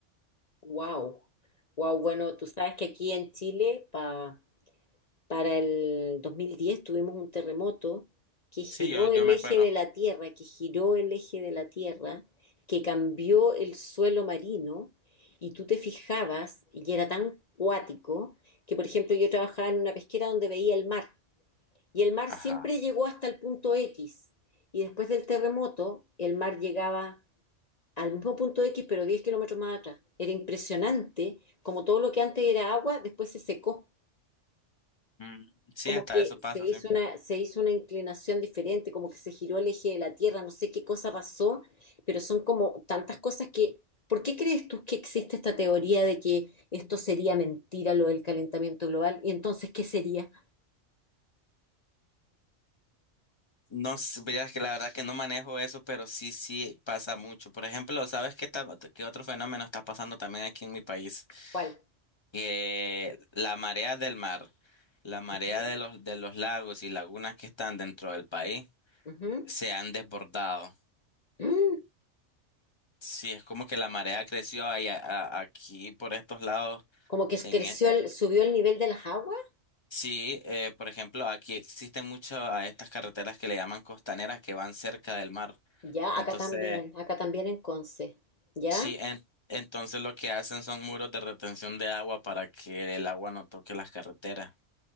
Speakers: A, on the left (about 40°); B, on the left (about 25°).
A: Wow. Wow, bueno, tú sabes que aquí en Chile, para Para el 2010 tuvimos un terremoto que giró
B: Sí, yo, yo
A: el
B: me
A: eje
B: acuerdo.
A: de la Tierra, que giró el eje de la Tierra, que cambió el suelo marino y tú te fijabas y era tan cuático que, por ejemplo, yo trabajaba en una pesquera donde veía el mar y el mar
B: Ajá.
A: siempre llegó hasta el punto X y después del terremoto el mar llegaba al mismo punto X pero 10 kilómetros más atrás. Era impresionante como todo lo que antes era agua después se secó
B: Mm, sí,
A: como
B: hasta
A: que
B: eso pasa,
A: se hizo
B: sí.
A: una, se hizo una inclinación diferente, como que se giró el eje de la Tierra, no sé qué cosa pasó, pero son como tantas cosas que... ¿Por qué crees tú que existe esta teoría de que esto sería mentira, lo del calentamiento global? ¿Y entonces qué sería?
B: No, sé, vieras que la verdad que no manejo eso, pero sí, sí pasa mucho. Por ejemplo, ¿sabes qué, ta- qué otro fenómeno está pasando también aquí en mi país?
A: ¿Cuál?
B: Que la marea del mar, la marea
A: Ujú,
B: de los, de los lagos y lagunas que están dentro del país
A: ujú.
B: se han desbordado.
A: Mm,
B: Sí, es como que la marea creció ahí a- a- aquí por estos lados.
A: Como que
B: En,
A: creció
B: e- eh,
A: el- subió el nivel de las aguas.
B: sí, eh, por ejemplo, aquí existen muchas a estas carreteras que le llaman costaneras que van cerca del mar.
A: Ya,
B: Entonces,
A: acá también, acá también en Conce. ¿Ya?
B: sí, en- entonces lo que hacen son muros de retención de agua para que el agua no toque las carreteras.